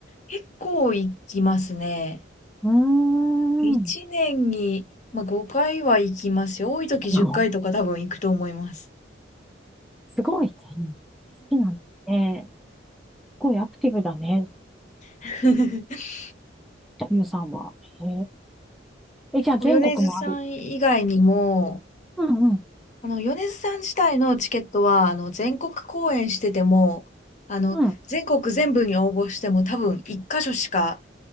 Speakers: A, on the left; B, in the centre.
A: 結構行きますね。
B: うーん。
A: 一年に、まあ、5回は行きますよ。多い時10回とか多分行くと思います。
B: すごい。すごいね。好きなんだね。すごいアクティブだね。
A: <laughs>
B: ゆうさんは。へえ。え、じゃあ全国もある。
A: こう米津さん以外にも、
B: うんうん。
A: あの、米津さん自体のチケットは、あの、全国公演してても、あの、
B: うん。
A: 全国全部に応募しても多分一箇所しか